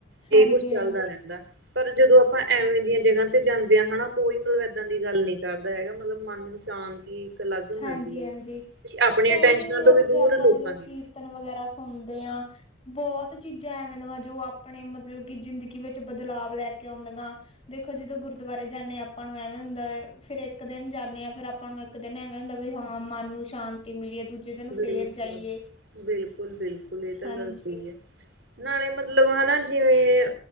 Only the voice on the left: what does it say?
ਹਾਂਜੀ
ਹਾਂਜੀ
ਹਾਂਜੀ
ਹਾਂਜੀ
ਵੈਸੇ
ਉੱਥੇ
ਆਪਾਂ
ਜਦੋਂ
ਕੀਰਤਨ ਵਗੈਰਾ ਸੁਣਦੇ ਹਾਂ। ਬਹੁਤ ਚੀਜ਼ਾਂ ਐਵੇਂ ਦੀ <unintelligible> ਜੋ ਆਪਣੇ ਮਤਲਬ, ਕਿ ਜ਼ਿੰਦਗੀ ਵਿੱਚ ਬਦਲਾਵ ਲੈ ਕੇ ਆਉਂਦੇਆਂ। ਦੇਖੋ ਜਦੋਂ ਗੁਰਦੁਆਰੇ ਜਾਂਦੇ ਹਾਂ, ਆਪਾਂ ਨੂੰ ਐਵੇਂ ਹੁੰਦਾ ਹੈ ਫਿਰ ਇੱਕ ਦਿਨ ਜਾਂਦੇ ਹਾਂ ਫਿਰ ਆਪਾਂ ਨੂੰ ਇੱਕ ਕਹਿੰਨੇ ਐਵੇਂ <unintelligible> ਵੀ ਹਾਂ ਮਨ ਨੂੰ ਸ਼ਾਂਤੀ ਮਿਲੀ ਹੈ ਦੂਜੇ, ਦਿਨ
ਫੇਰ ਜਾਈਏ
ਹਾਂਜੀ